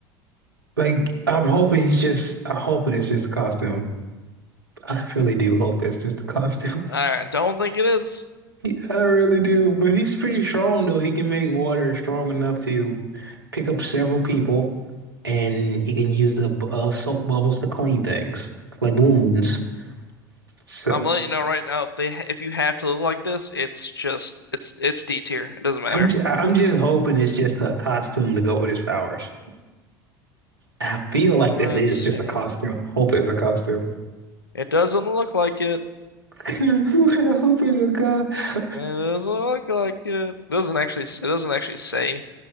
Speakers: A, on the right; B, on the left.
A: like I'm hoping it's just I hope it is just a costume. I really do hope that's just a costume.
B: I don't think it is.
A: He- I really do, but he's pretty strong though. He can make water strong enough to pick up several people, and he can use the bu- uh, soap bubbles to clean things like wounds. So
B: I'm letting you know right now. If they, ha- if you have to look like this, it's just, it's, it's D tier. It doesn't matter.
A: I'm just, I'm just hoping it's just a costume to go with his powers. I feel like
B: Let's
A: that is
B: see.
A: just a costume. I hope it's a costume.
B: It doesn't look like it.
A: <laughs> I hope it's a co-
B: It doesn't look like it. It doesn't actually. s- It doesn't actually say.